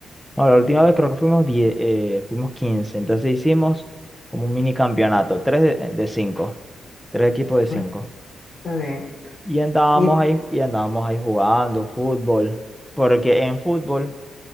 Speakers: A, in the centre; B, on the left (about 55°).
A: No, la última vez creo que fuimos diez eh, fuimos quince Entonces hicimos como un mini campeonato, tres de, de cinco, tres equipos
B: Bueno,
A: de cinco.
B: está bien.
A: Y andábamos
B: Mi-
A: ahí, y andábamos ahí jugando fútbol. Porque en fútbol...